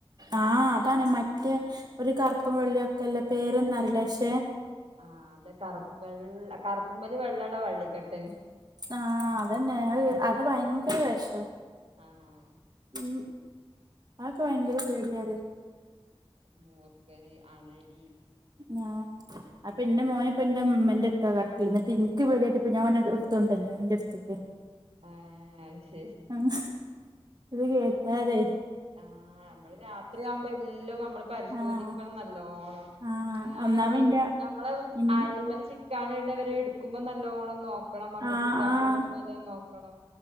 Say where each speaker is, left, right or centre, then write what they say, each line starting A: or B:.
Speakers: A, on the right; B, on the right.
A: ആഹ് അതാണെ മറ്റേ ഒര് കറ്പ്പും വെള്ളിം ഒക്കെല്ലെ പേരൊന്നും അറീലാ ക്ഷെ
B: ആഹ് അതെ കറ് വെൾ കറ്പ്പ്മ്മല് വെള്ളള്ള വള്ളിക്കെട്ട്
A: ആഹ് അതെന്നെ അയ് അത് ഭയങ്കര വെഷാ
B: ആഹ്
A: ഉം അതൊക്കെ ഭയങ്കര പേട്യാണ്
B: മൂർക്കന് അണലി
A: ഞാ അപ്പ ഇന്റെ മോന്പ്പൊ ഇന്റെമ്മെന്റെട്ത്താ കട്ക്കല് ന്ന്ട്ട് ഇൻക്ക് പേട്യാട്ട് ഇപ്പൊ ഞാനാേനെട് ഇട്ത്താെണ്ടര്ലാ ഇന്റെട്ത്ത്
B: ഏഹ് അയ്ശെര്
A: ആഹ് ത് കേട്ടാരെ
B: ആഹ് ഞമ്മള് രാത്രിയാവ്മ്പോ എല്ലൊം അമ്മള് പരിശോധിക്കണം
A: ആഹ്
B: നല്ലോണം
A: ആഹ്
B: <inaudible>
A: ഒന്നാമെ ഇന്റെ
B: ഞമ്മള്
A: ഇൻ
B: ആയല്മ്മല് ചിക് ക്കാനേണ്ടെവെരെ ഇട്ക്കുമ്പം നല്ലോണം നോക്കണം മക്കക്ക്
A: ആഹ്
B: ഇടാൻ
A: ആഹ്
B: കൊട്ക്കുമ്പം ല്ലോം നോക്കണം